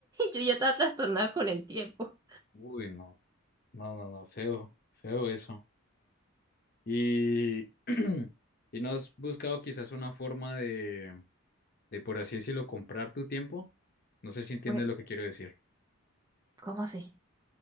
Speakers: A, on the right; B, on the left.
A: yo ya estaba trastornada con el tiempo.
B: Uy, no, no, no, no, feo, feo eso. Y, <clears throat> y no has buscado quizás una forma de de por así decirlo, comprar tu tiempo. No sé si entiendes
A: Bueno,
B: lo que quiero decir.
A: ¿Cómo así?